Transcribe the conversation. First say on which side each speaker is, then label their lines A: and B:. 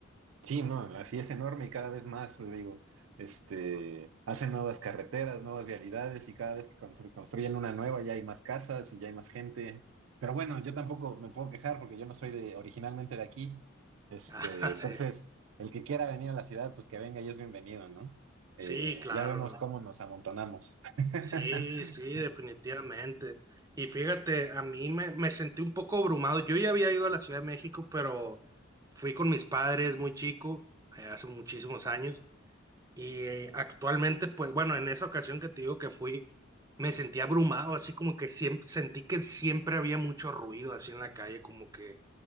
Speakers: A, on the right; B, on the right.
A: Sí, no, la- sí es enorme y cada vez más, te digo, este, hacen nuevas carreteras, nuevas vialidades y cada vez que constru- construyen una nueva ya hay más casas y ya hay más gente. Pero bueno, yo tampoco me puedo quejar porque yo no soy de, originalmente de aquí. Este,
B: <laughs> Ah,
A: entonces,
B: sí,
A: el que quiera venir a la ciudad, pues que venga y es bienvenido, ¿no?
B: sí,
A: Eh,
B: claro.
A: ya vemos cómo nos amontonamos. <laughs>
B: Sí, sí, definitivamente. Y fíjate, a mí me, me sentí un poco abrumado. Yo ya había ido a la Ciudad de México, pero fui con mis padres muy chico, eh, hace muchísimos años. Y eh, actualmente, pues bueno, en esa ocasión que te digo que fui, me sentí abrumado, así como que siempre, sentí que siempre había mucho ruido así en la calle, como que,